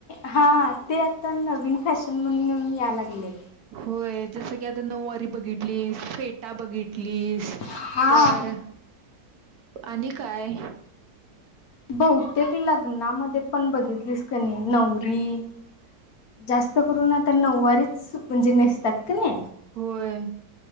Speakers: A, on the left (about 60°); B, on the right (about 65°).
A: हा ते आता नवीन फॅशन म्हण येऊन या लागलय.
B: होय जसं की आता नऊवारी बघितली, फेटा बघितली स
A: हा
B: तर आणि काय?
A: बहुतेक लग्नामध्ये पण बघितलीस का नाही नवरी जास्त करून आता नऊवारीच तात कनी
B: होय